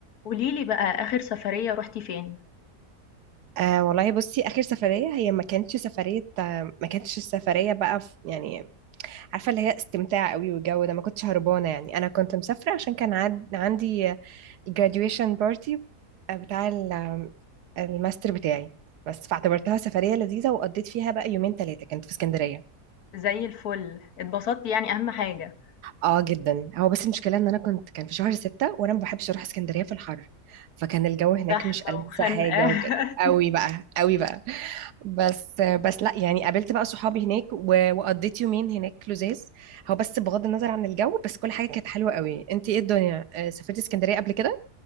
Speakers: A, on the left; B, on the right.
A: قوليلي بقى آخر سفرية رُحتِ فين؟
B: آه والله بصي اخر سفريه هي ما كانتش سفريه آه ما كانتش السفريه بقى في يعني عارفه اللي هي استمتاع قوي والجو ده ما كنتش هربانه يعني انا كنت مسافره عشان كان عد عندي graduation party آه، بتاع ال- آه، الماستر بتاعي بس فاعتبرتها سفريه لذيذه وقضيت فيها بقى يومين ثلاثه كانت في اسكندريه
A: زي الفل، اتبسطتِ يعني أهم حاجة،
B: اه جدا هو بس المشكله ان انا كنت كان في شهر ستة وانا ما بحبش اروح اسكندريه في الحر فكان الجو هناك
A: زحمة
B: مش ألذ
A: وخنقة
B: حاجه وكده
A: <laughs>
B: قوي بقى قوي بقى بس بس لا يعني قابلت بقى صحابي هناك و- وقضيت يومين هناك لزاز هو بس بغض النظر عن الجو بس كل حاجه كانت حلوه قوي انت ايه الدنيا آه، سافرتي اسكندريه قبل كده